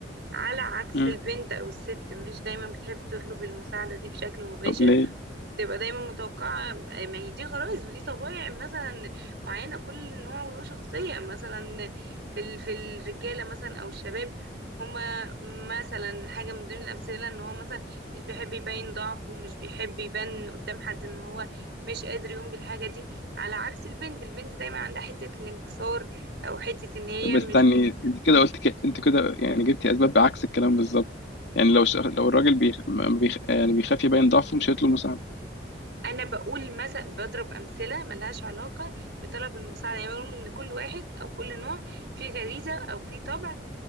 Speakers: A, on the right; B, on the left.
A: على عكس
B: مم.
A: البنت أو الست مش دايما بتحب تطلب المساعدة دي بشكل مباشر
B: طب ليه
A: وبتبقى دايما متوقعة آه، ما هي دي غرائز ودي طبائع مثلا معينة كل نوع وله شخصية مثلا في ال... في الرجالة مثلا أو الشباب هما مثلا حاجة من ضمن الأمثلة إن هو مثلا مش بيحب يبين ضعفه ومش بيحب يبان قدام حد إن هو مش قادر يقوم بالحاجة دي على عكس البنت البنت دايما عندها حتة الانكسار أو حتة إن هي
B: طب استني
A: مش
B: انت كده قلت ك... انت كده يعني جبتي اسباب بعكس الكلام بالظبط يعني لو ش... لو الراجل بيخ... ما بيخ... آه، يعني بيخاف يبين ضعفه مش هيطلب مساعده
A: انا بقول مثلا بضرب امثله ملهاش علاقه بطلب المساعده يعني بقول ان كل واحد او كل نوع فيه غريزه او فيه طبع